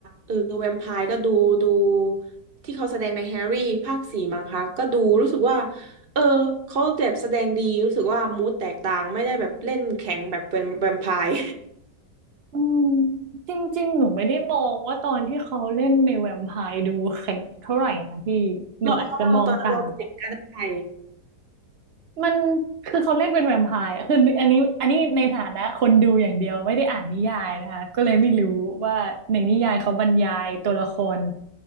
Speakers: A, on the right (about 40°); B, on the right (about 70°).
A: เออแวมไพร์ก็ดูดูที่เขาแสดงในแฮร์รี่ภาคสี่มั้งคะก็ดูรู้สึกว่าเออเขาแบบแสดงดีรู้สึกว่ามูดแตกต่างไม่ได้แบบเล่นแข็งแบบแวมแวม <laughs> ไพร์
B: อืมจริงๆหนูไม่ได้มองว่าตอนที่เขาเล่นในแวมไพร์ดูแข็งเท่าไหร่นะพี่หนูอาจจะมองต่าง
A: <laughs> เราเพราะว่าเราตอนนั้นเราเด็กก็ได้
B: มันคือเขาเล่นเป็นแวมไพร์อะคืออันนี้อันนี้ในฐานะคนดูอย่างเดียวไม่ได้อ่านนิยายนะคะก็เลยไม่รู้ว่าในนิยายเขาบรรยายตัวละคร